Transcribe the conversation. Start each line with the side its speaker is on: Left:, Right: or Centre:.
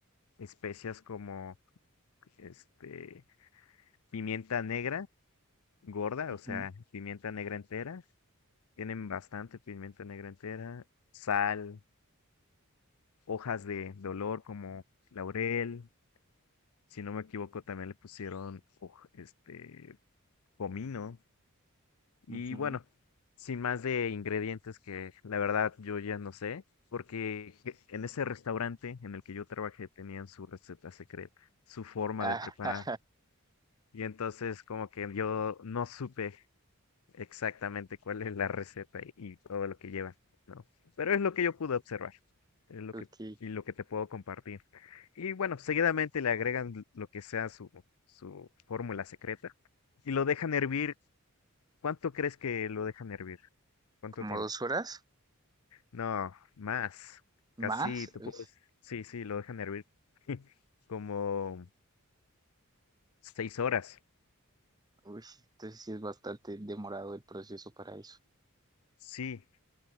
Left: especias como este pimienta negra gorda,
Right: ujú,
Left: o sea, pimienta negra entera, tienen bastante pimienta negra entera, sal, hojas de de olor como laurel, si no me equivoco también le pusieron hoj- este comino Y
Right: ujú.
Left: bueno, sin más de ingredientes que la verdad yo ya no sé, porque que- en ese restaurante en el que yo trabajé tenían su receta secreta, su forma
Right: Ah,
Left: de preparar.
Right: <laughs> jaja,
Left: Y entonces como que yo no supe exactamente cuál es la receta y, y todo lo que lleva, ¿no? Pero es lo que yo pude observar, es lo
Right: ok,
Left: que, y lo que te puedo compartir. Y bueno, seguidamente le agregan lo que sea su, su fórmula secreta y lo dejan hervir. ¿Cuánto crees que lo dejan hervir? ¿Cuánto
Right: como
Left: tiempo?
Right: dos horas
Left: No, más.
Right: más.
Left: Casi te
Right: Uy,
Left: puedo decir- Sí, sí, lo dejan hervir <laughs> como seis horas.
Right: uy, entonces sí es bastante demorado el proceso para eso.
Left: Sí,